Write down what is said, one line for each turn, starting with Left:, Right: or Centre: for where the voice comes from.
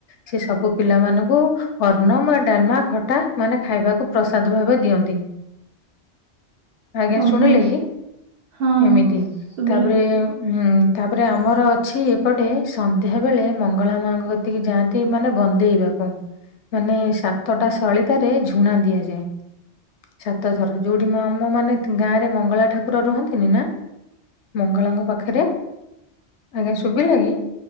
Left: ସେ ସବୁ ପିଲା ମାନଙ୍କୁ ଅର୍ଣ୍ଣ ମା ଡାଲମା ଖଟା ମାନେ ଖାଇବାକୁ ପ୍ରସାଦ ଭାବେ ଦିଅନ୍ତି। ଆଜ୍ଞା
Right: ଓହୋ
Left: ଶୁଣିଲେ କି
Right: ହଁ
Left: ଏମିତି
Right: ଶୁଭିଲା।
Left: ତାପରେ ତାପରେ ଆମର ଅଛି। ଏପଟେ ସନ୍ଧ୍ୟା ବେଳେ ମଙ୍ଗଳା ମାଙ୍କ କତିକି ଯାଆନ୍ତି ମାନେ ବନ୍ଦେଇବାକୁ ମାନେ ସାତଟା ସଳିତାରେ ଝୁଣା ଦିଆଯାଏ। ଛାତଥର ଯୋଉଠି ମା ଆମ ମାନେ ଗାଁ ରେ ମଙ୍ଗଳା ଠାକୁର ରୁହନ୍ତିନି ନା ମଙ୍ଗଳାଙ୍କ ପାଖରେ ଆଜ୍ଞା ଶୁବିଲା କି?